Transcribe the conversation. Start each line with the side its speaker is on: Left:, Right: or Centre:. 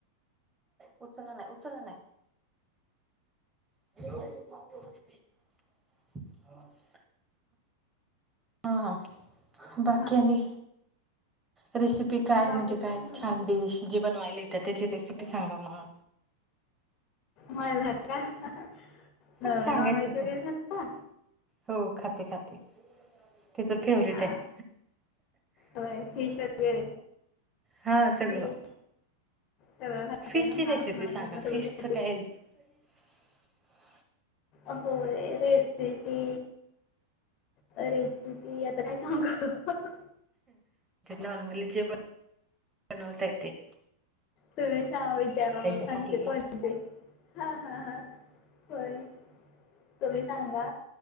Right: उचला नाही उचला नाही. <unintelligible> हा हा बाकी
Left: हां
Right: आणि रेसिप ती काय
Left: बाकी
Right: म्हणजे काय
Left: नाही
Right: छान
Left: बाबा
Right: डिश जी बनवायला येते त्याची रेसिपी सांगा मग.
Left: मला का हो
Right: सांगायचं
Left: नॉन व्हेज
Right: असं
Left: वगैरे <unintelligible> तो
Right: हो खाते खाते ते तर फेवरेट
Left: हा
Right: आहे
Left: होय फिश वगैरे
Right: हा सगळं
Left: फिश सगळं खाताय
Right: फिशची
Left: ना
Right: रेसिपी
Left: हां हां
Right: सांगा
Left: मी पण सगळं
Right: फिशच
Left: खाते
Right: काय <inaudible>
Left: आ होय रेसिपी रेसिपी आता काय सांगू?
Right: नॉर्मली जे बनवता ते
Left: तुम्हीच नावं विचारा मग सांगते
Right: आहेत आपल्याला
Left: कोण हा हा हा होय. तुम्ही सांगा